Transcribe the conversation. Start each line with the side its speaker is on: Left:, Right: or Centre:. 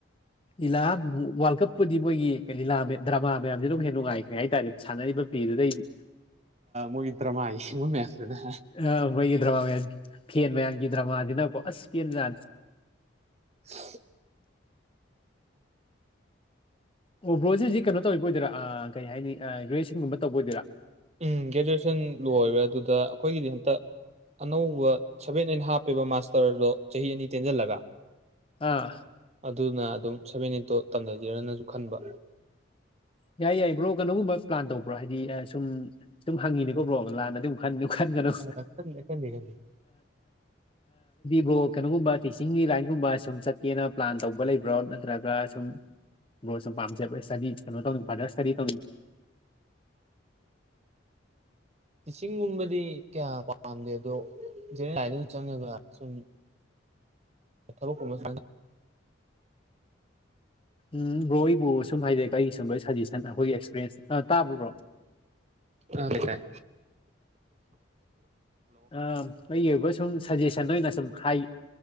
Left: ꯂꯤꯂꯥ ꯋꯥꯔꯜ ꯀꯞꯄꯨꯗꯤ ꯃꯣꯏꯒꯤ ꯂꯤꯂꯥ ꯗ꯭ꯔꯃꯥ ꯃꯌꯥꯝꯁꯦ ꯑꯗꯨꯝ ꯍꯦꯟꯅ ꯅꯨꯡꯉꯥꯏꯈ꯭ꯔꯦ ꯍꯥꯏꯇꯥꯔꯦ ꯁꯥꯟꯅꯔꯤꯕ ꯄꯤꯗꯨꯗꯩꯗꯤ
Right: ꯃꯣꯏꯒꯤ ꯗ꯭ꯔꯃꯥ ꯌꯦꯡꯕ ꯃꯌꯥꯝꯗꯨꯅ
Left: ꯑꯣꯏꯒꯤ ꯗ꯭ꯔꯃꯥ ꯃ ꯐꯦꯟ ꯃꯌꯥꯝꯒꯤ ꯗ꯭ꯔꯃꯥꯁꯤ ꯅꯀꯣ ꯑꯁ ꯐꯦꯟꯖ
Right: ꯍ
Left: ꯑꯣ ꯕ꯭ꯔꯣꯖꯤꯔꯁꯤ ꯀꯩꯅꯣ ꯇꯧꯔꯤꯕꯣꯏꯔꯥ ꯀꯩ ꯍꯥꯏꯅꯤ ꯒ꯭ꯔꯦꯖꯨꯋꯦꯁꯟꯒꯨꯝꯕ ꯇꯧꯕ ꯑꯣꯏꯣꯏꯔ
Right: ꯎꯝ ꯒ꯭ꯔꯦꯖꯨꯁꯟ ꯂꯣꯏꯔ ꯑꯗꯨꯗ ꯑꯩꯈꯣꯏꯒꯤꯗꯤ ꯍꯟꯛꯇ ꯑꯅꯧꯕ ꯁꯚꯦꯟ ꯑꯟ ꯍꯥꯞꯄꯦꯕ ꯃꯥꯁ ꯗꯣꯛꯇꯔꯗꯣ ꯆꯍꯤ ꯑꯅꯤ ꯇꯦꯟꯁꯤꯜꯂꯒ
Left: ꯑꯥ
Right: ꯑꯗꯨꯅ ꯑꯗꯨꯝ ꯁꯦꯚꯦꯟ ꯏꯇꯣ ꯇꯝꯅꯖꯦꯔꯅꯁꯨ ꯈꯟꯕ
Left: ꯌꯥꯏ ꯌꯥꯏ ꯕ꯭ꯔꯣ ꯀꯩꯅꯣꯒꯨꯝꯕ ꯄ꯭ꯂꯥꯟ ꯇꯧꯕ꯭ꯔꯣ ꯍꯥꯏꯗꯤ ꯁꯨꯝ ꯁꯨꯝ ꯍꯪꯉꯤꯅꯦꯀꯣ ꯕ꯭ꯔꯣ ꯂꯥꯟꯅꯗꯤ ꯑꯃꯨꯛ ꯈꯟ ꯈꯟꯒ ꯅꯨ
Right: ꯑ ꯈꯟꯗꯦ ꯈꯟꯗꯦ ꯈꯟꯗꯦ ꯑꯩꯈꯣꯏ
Left: ꯕ꯭ꯔꯣ ꯀꯩꯅꯣꯒꯨꯝꯕ ꯇꯤꯆꯤꯡꯒꯤ ꯂꯥꯏꯟꯒꯨꯝꯕ ꯁꯨꯝ ꯆꯠꯀꯦꯅ ꯄ꯭ꯂꯥꯟ ꯇꯧꯕ ꯂꯩꯕ꯭ꯔꯣ ꯅꯠꯇ꯭ꯔꯒ ꯁꯨꯝ ꯕꯣꯠ ꯁꯨꯝ ꯄꯥꯝꯖꯕ ꯁꯅꯤ ꯀꯩꯅꯣ ꯇꯧꯅꯤ ꯐꯥꯗꯔꯁꯇꯥꯗꯤ ꯇꯧꯅꯤꯡ
Right: ꯏꯁꯤꯡꯒꯨꯝꯕꯗꯤ ꯀꯌꯥ ꯄꯥꯝꯗꯦ ꯑꯗꯣ ꯂꯥꯏꯗ ꯆꯪꯉꯒ ꯁ ꯊꯥꯕꯥꯛ ꯀꯨꯝꯕꯥ ꯊꯖꯤꯟ
Left: ꯎꯝ ꯔꯣꯏꯕꯨ ꯁꯨꯝ ꯍꯥꯏꯗꯤꯔ ꯑꯩꯒꯤ ꯁꯨꯝꯣꯏ ꯁꯖꯦꯁꯟ ꯑꯩꯈꯣꯏꯒꯤ ꯑꯦꯛꯁꯄꯤꯔꯦꯟꯁ ꯇꯥꯕ꯭ꯔꯣ ꯕ꯭ꯔꯣ
Right: ꯑꯥꯀꯥꯏ
Left: ꯑ ꯑꯩꯒꯤ ꯑꯣꯏꯕ ꯁꯨꯝ ꯁꯖꯦꯁꯟ ꯑꯣꯏꯅ ꯁꯨꯝ ꯍꯥꯏ